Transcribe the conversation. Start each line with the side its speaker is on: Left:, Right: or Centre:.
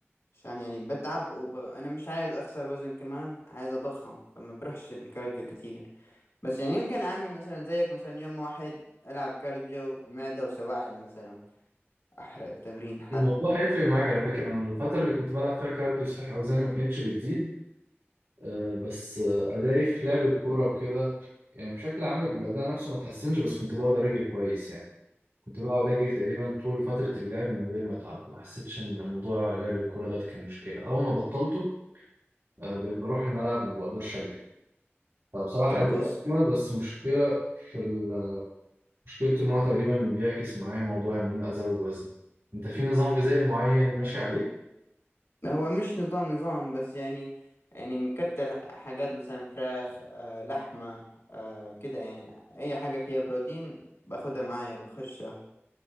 Left: عشان يعني بتعب وب... أنا مش عايز أخسر وزن كمان عايز أضخم فما بروحش للكارديو كتير بس يعني يمكن أعمل مثلا زيك مثلا يوم واحد ألعب كارديو معدة وسواعد مثلا أحرق التمرين حرق
Right: الموضوع هيفرق معاك على فكرة أنا الفترة اللي كنت بلعب فيها كارديو صحيح أوزاني ما كانتش بتزيد آه، بس آه، أدائي في لعب الكورة وكده يعني بشكل عام الأداء نفسه ما اتحسنش بس كنت بقدر أجري كويس يعني كنت بقعد أجري تقريبا طول فترة اللعب من غير ما أتعب ما حسيتش إن موضوع لعب الكورة ده كان مشكلة أول ما بطلته آه، بقيت بروح الملعب ما بقدرش أجري فبصراحة
Left: طب
Right: ليه
Left: بص
Right: أزمة بس مشكلة في ال... مشكلته إن هو تقريبا بيعكس معايا موضوع إن أنا أزود وزن أنت في نظام غذائي معين ماشي عليه
Left: هو مش نظام نظام بس يعني يعني مكتر حاجات مثلا فراخ آه لحمة آه كده يعني أي حاجة فيها بروتين باخدها معايا بخش